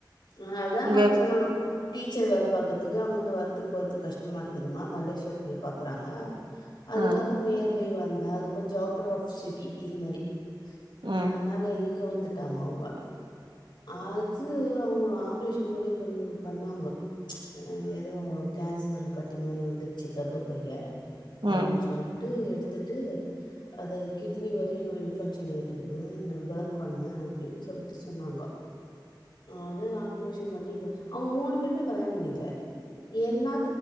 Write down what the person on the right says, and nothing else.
இங்க
ஆ
ம்
ம்